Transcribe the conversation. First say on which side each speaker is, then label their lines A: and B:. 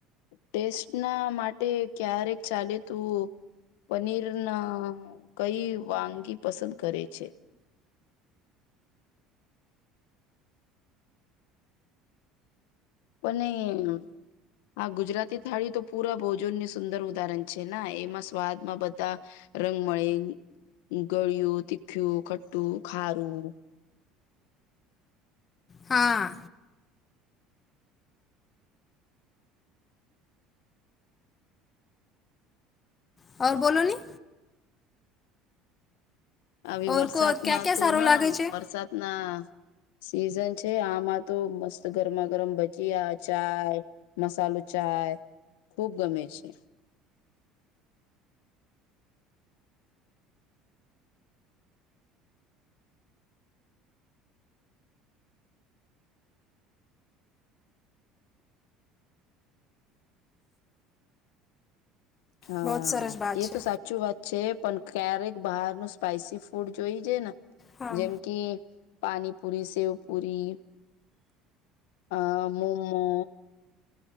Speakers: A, on the left; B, on the left.
A: ટેસ્ટ ના માટે ક્યારેક ચાલે તું પનીર ના કઈ વાનગી પસંદ કરે છે. પણ એમ હા ગુજરાતી થાળી તો પુરા ભોજનની સુંદર ઉદાહરણ છે ના એમાં સ્વાદમાં બધા રંગમળે ગળિયું તીખું ખટ્ટું ખારું.
B: હા. હોર બોલો ની.
A: આવી
B: ઓર
A: વરસાદમાં
B: કો ક્યાં ક્યાં
A: તો
B: સારો
A: ના
B: લાગે છે?
A: વરસાદ ના સિઝન છે આમાં તો મસ્ત ગરમા ગરમ ભજીયા ચાય મસાલો ચાય ખુબ ગમે છે. હા
B: બહુત સરસ વાત
A: એ
B: છે
A: તો સાચું વાત છે પણ ક્યારેક બહારનું સ્પાઈસી ફૂડ જોઈ છે ને
B: હા
A: જેમ કે પાણીપુરી સેવ પુરી આ મોમો